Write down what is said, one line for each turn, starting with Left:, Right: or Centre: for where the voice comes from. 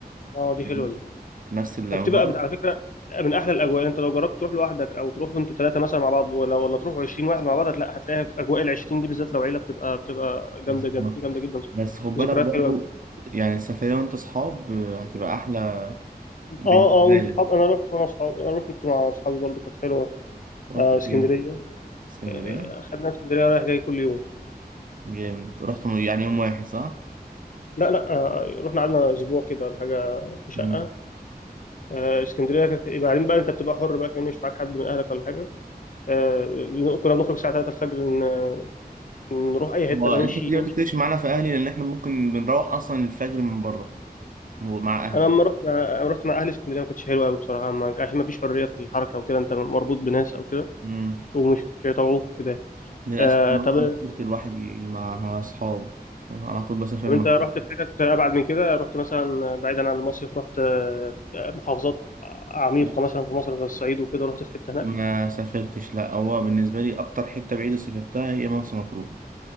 Left: آه، دي
Right: فاهم؟
Left: حلوه دي
Right: نفس العمارة
Left: بتبقى بت- على فكره من احلى الاجواء انت لو جربت تروح لوحدك او تروح انتوا ثلاثه مثلا مع بعض ولا ولا تروحوا 20 واحد مع بعض لا هتلاقي في اجواء ال 20 دي بالذات لو عيله بتبقى بتبقى
Right: بالظبط
Left: جامده جدا جامده جدا
Right: بس خد بالك
Left: ذكريات
Right: برضو
Left: حلوه قوي
Right: يعني السفرية وأنت أصحاب هتبقى أحلى بالنسبة
Left: اه اه وانت اصحاب انا رحت وانا اصحاب رحت مع اصحابي برضو كانت حلوه
Right: رحت
Left: آه
Right: فين؟
Left: اسكندريه
Right: اسكندرية
Left: آه خدنا اسكندريه رايح جاي كل يوم
Right: جامد رحت م- يعني يوم واحد صح؟
Left: لا لا آه رحنا قعدنا اسبوع كده ولا حاجه في شقه
Right: مم.
Left: آه اسكندريه كانت يبقى بعدين بقى انت بتبقى حر بقى كمان مش معاك حد من اهلك ولا حاجه آه كنا بنخرج الساعه 3 الفجر ن- نروح اي حته
Right: هو
Left: بقى
Right: الحتة
Left: نمشي
Right: دي
Left: نمشي
Right: ما تفرقش معانا في أهلي لأن إحنا ممكن بنروح أصلا الفجر من بره مع أهلي
Left: انا لما رحت مع أنا رحت مع اهلي اسكندريه ما كانتش حلوه قوي بصراحه ما... عشان ما فيش حريه في الحركه وكده انت مربوط بناس او كده
Right: مم.
Left: ومش مش هيطوعوك وكده
Right: للأسف
Left: آه
Right: أنا
Left: طب
Right: عمري ما سافرت لوحدي مع أصحاب على طول بسافر
Left: طب
Right: مع
Left: انت رحت
Right: أهلي.
Left: في حتت ابعد من كده رحت مثلا بعيدا عن المصيف رحت آه، محافظات عميقه
Right: لا
Left: مثلا في مصر زي الصعيد وكده رحت في حته هناك
Right: ما سافرتش لا هو بالنسبة لي أكتر حتة بعيدة سافرتها هي مرسى مطروح